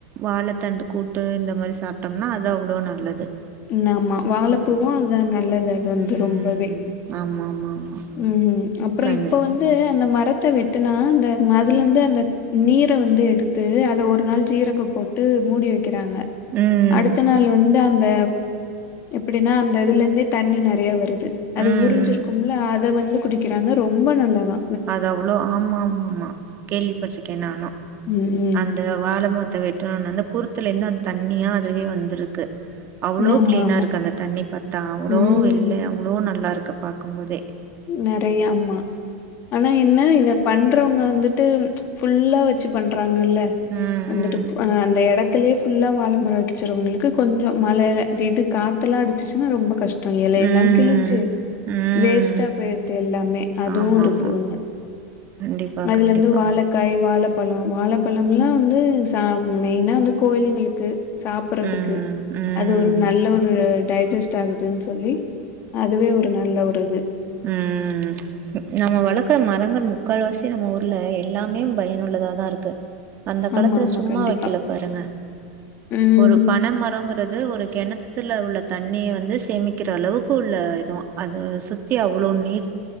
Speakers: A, on the right (about 35°); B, on the left (about 40°).
A: வாழத் தண்டு கூட்டு இந்த மாரி சாப்ட்டோம்னா அது அவ்ளோ நல்லது
B: ம் ஆமா வாழப்பூவு
A: ம்
B: அதா நல்லது அதுந்
A: ம்
B: து ரொம்பவே
A: ஆமா ஆமா ஆமா
B: ம் அப்புறோ
A: கண்டிப்பா
B: இப்போ வந்து அந்த மரத்த வெட்டுனா அந்த அதுலந்து அந்த நீர வந்து எடுத்து அத ஒரு நாள் ஜீரகோ போட்டு மூடி வெக் கிறாங்க
A: ம்
B: அடுத்த நாள் வந்து அந்த எப்படீனா அந்த இதுல இந்தே தண்ணி நெறைய வரு து அது
A: ம்
B: உரிஞ்சிருக்கும்ல
A: ம்
B: அத வ ந்து குடிக்கிறாங்க ரொம்ப நல்லதா
A: அது அவ்ளோ ஆமா ஆமா ஆமா கேள்விப்பட்ருக்கே நானு
B: ம்.
A: அந்த வாழ மர்த்த வெட்ட <unintelligible> அந்த குறுத் த்துலேந்து அந் தண்ணியா அதுவே வந்துருக்கு அவ்ளோ
B: ஆமா,
A: க்ளீனா
B: ஆமா.
A: இருக்கு அந்த தண்ணி பாத்தா அவ்ளோ
B: ம்.
A: வெள்ளயா அவ்ளோ நல்லாருக் கு பாக்கும் போதே
B: நெறைய ஆமா ஆனா என்ன இத பண் றவங்க வந்துட்டு ச்ச் ஃபுல்லா வெச்சு பண்ற க்கலா
A: ம் ம்
B: வந்துட்டு அந்த <unintelligible> எடத் துலே ஃபுல்லா வாழமர வச்சறவங்களுக்கு கொஞ்சோ மழத இது <unintelligible> காத்தெலா அடிச்சுச்சுனா ரொம்ப கஷ்ட இலையெல்லா
A: ம்
B: கிழிஞ்சு
A: ம்
B: வேஸ் டா போயிருது எல்லாமே அதுவு
A: ஆமா
B: இருக்கு
A: ஆமா
B: ஒன்னு
A: கண்டிப்பா
B: அதுல
A: கண்டிப்பா
B: இந்து வாழைக்காய் வாழப் பழம் வாழப்பழம் எல்லாம் வந்து ச மெயினா வந்து கோயில்களுக்கு சாப்பிறதுக்கு
A: ம் ம்
B: அது ஒரு நல்ல ஒரு டைஜெஸ்டீ ஆகுதுன்னு சொல்லி அதுவே ஒரு நல்ல ஒரு இது
A: உம் நம்ம வளர்க்குற மரங்கள் முக்கால்வாசி நம்ம ஊர்ல எல்லாமே பயனுள்ளதாதா இருக்கு அந்த காலத்துல
B: ஆமா ஆமா
A: சும்மா
B: கண்டிப்பா
A: வைக்கல பாருங்க
B: ம்
A: ஒரு பனொ மரங்கிறது ஒரு கிண சுல உள்ள தண்ணிய வந்து சேமிக்கற அளவுக்கு உள்ள இதுவா அது சு த்தி அவ்ளோ நீர்